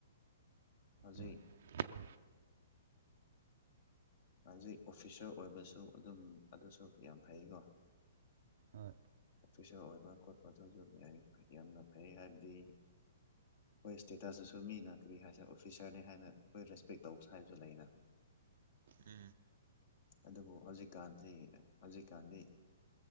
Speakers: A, on the left; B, on the right.
A: ꯍꯧꯖꯤꯩ
B: ꯍꯣꯏ ꯑꯗꯨ
A: ꯍꯧꯖꯤꯛ ꯑꯣꯐꯤꯁꯔ ꯑꯣꯏꯕꯁꯨ ꯑꯗꯨꯝ ꯑꯗꯨꯁꯨ ꯌꯥꯝ ꯐꯩꯀꯣ
B: ꯍꯣꯏ
A: ꯑꯣꯐꯤꯁꯔ ꯑꯣꯏꯕ ꯈꯣꯠꯄ ꯑꯗꯨꯁꯨ ꯌꯥꯝꯅ ꯐꯩ ꯍꯥꯏꯕꯗꯤ ꯑꯩꯈꯣꯏ ꯏꯁꯇꯦꯇꯁꯇꯨꯁꯨ ꯃꯤꯅ ꯀꯔꯤ ꯍꯥꯏꯁꯦ ꯑꯣꯐꯤꯁꯥꯔꯅꯤ ꯍꯥꯏꯅ ꯑꯩꯈꯣꯏ ꯔꯦꯁꯄꯦꯛ ꯇꯧꯕ ꯍꯥꯏꯕꯁꯨ ꯂꯩꯅ
B: ꯎꯝ
A: ꯑꯗꯨꯕꯨ ꯍꯧꯖꯤꯛꯀꯥꯟꯗꯤ ꯍꯧꯖꯤꯛꯀꯥꯟꯗꯤ